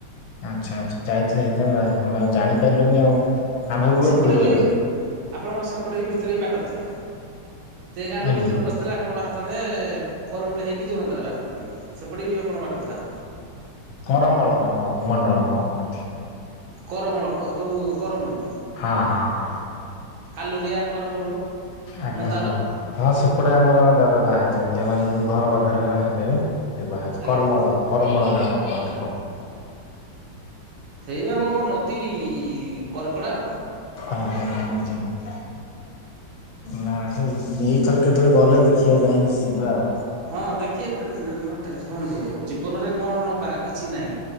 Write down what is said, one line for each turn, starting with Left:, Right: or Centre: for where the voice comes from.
Left: ଆଚ୍ଛା ଆଚ୍ଛା। ଯାଇଥିଲେ ହେଇଥାନ୍ତା। ଆମେ ଆଉ ଜାଣିପାରିଲୁନି ଆଉ। ଆମେ ଭାବିଲୁ
Right: ସେପଟେ
Left: ଦୂରରେ
Right: ବି ଆପଣଙ୍କର ସେପଟେ ବି ଭିତରେ ବି ବାଟ ଥିଲା। ଦେଗାଁଠୁ
Left: ଆଜ୍ଞା
Right: ଭିତରେ ପସ୍ ଥିଲେ ଆପଣ ବାହାରିଥାନ୍ତେ କରମୂଳି ହେଇକି ଯୋରନ୍ଦାରେ ବାହାରିଥାନ୍ତେ ବି। ସେପଟେ ବି ଆପଣଙ୍କ ବାଟ ଥିଲା।
Left: କରମଳ ନା କଣ କମଣ୍ଡଳ କଣ କୁହନ୍ତି।
Right: କରମଳ କ ଯୋଉ କରମୁଳୁ।
Left: ହଁ ହଁ ହଁ।
Right: କାଲୁରିଆ, କରମୂଳୁ,
Left: ଆଜ୍ଞା
Right: ମନ୍ଦାର
Left: ହଉ ହଁ ସେପଟେ ଆମର ଜଣେ ଦାଦା ବାହା ହେଇଛନ୍ତି। ଆମର ଯୋଉ ଘର ପାଖରେ ଜଣେ ହେବେ ସେ ବାହାହେଇଚି
Right: ଆଜ୍ଞା
Left: କରମଳ
Right: ଆଜ୍ଞା
Left: କରମଳ ନା କଣ କୁହନ୍ତି କଣ।
Right: ସେଇ ଆମ ନଦୀ କରପଡା ଆଉ।
Left: ଆଜ୍ଞା ଆଜ୍ଞା ମୁଁ ଯିବି। ନା ସେ ଏଇଥର କେତେବେଳେ ଗଲେ ଦେଖିବା ଯାଇଁକି ଯିବା ଆଉ।
Right: ହଁ ଦେଖି <unintelligible> ଶୁଣନ୍ତୁ ଜୀବନରେ କଣ ନବା, କିଛି ନାହିଁ।